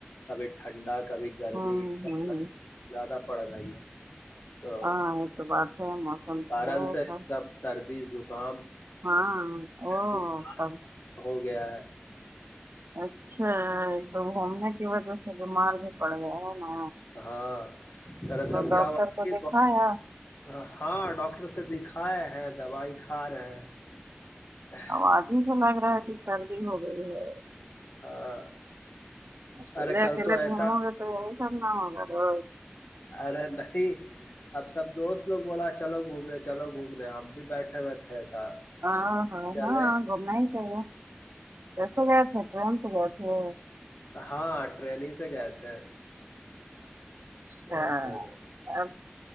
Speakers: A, on the left; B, on the right.
A: کبھی ٹھنڈا کبھی گرمی
B: ہوں ہوں
A: زیادہ پڑ رہی ہے تو
B: ہاں یہ تو بات ہے موسم
A: کارن
B: تو ہے
A: سے ایک
B: سب
A: دم سردی زکام
B: ہاں او
A: بخار
B: تب
A: ہو گیا ہے
B: اچھا ایک تو گھومنے کی وجہ سے بیمار بھی پڑ گئے ہونا
A: ہاں دراصل کیا
B: ڈاکٹر
A: ہوا تھا
B: کو
A: کی <unintelligible>
B: دکھایا
A: ہاں ڈاکٹر سے دکھائے ہیں دوائی کھا رہے ہیں
B: آواز ہی سے لگ رہا ہے کہ سردی ہو گئی ہے
A: ہاں
B: اکیلے
A: ارے کل
B: اکیلے
A: تو ایسا
B: گھومو گے تو یہی سب نا ہوگا تو
A: ارے نہیں اب سب دوست لوگ بولا چلو گھومنے چلو گھومنے ہم بھی بیٹھے ہوئے تھے تھا
B: ہاں ہاں
A: چلے
B: ہاں گھومنا ہی چاہیے کیسے گئے تھے ٹرین سے گئے تھے
A: ہاں ٹرین ہی سے گئے تھے
B: اچھا
A: اور پھر
B: ا